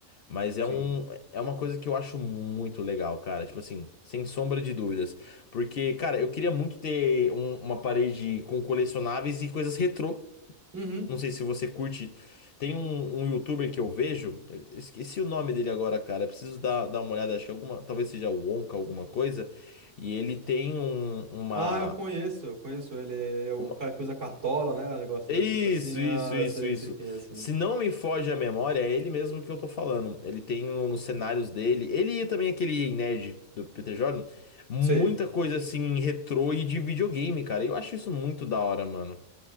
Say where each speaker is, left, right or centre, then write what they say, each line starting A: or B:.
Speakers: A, on the left; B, on the right.
A: Mas
B: Sim.
A: é um, é uma coisa que eu acho muito legal, cara. Tipo assim, sem sombra de dúvidas. Porque, cara, eu queria muito ter um- uma parede com colecionáveis e coisas retrô.
B: Uhum.
A: Não sei se você curte. Tem um, um youtuber que eu vejo, eu esqueci o nome dele agora, cara. Eu preciso dar, dar uma olhada, acho que alguma, talvez seja o Wonka, alguma coisa. E ele tem um- uma.
B: Ah, eu conheço, eu conheço ele. É o
A: uma
B: cara que usa cartola, né? O negócio
A: Isso,
B: do tipo assim. Ah,
A: isso, isso,
B: sei,
A: isso.
B: sei quem é assim.
A: Se não me foge a memória, é ele mesmo que eu tô falando. Ele tem no- nos cenários dele, ele e também aquele nerd do Peter Jordan, muita
B: Sei.
A: coisa assim retrô e de videogame, cara. Eu acho isso muito da hora, mano.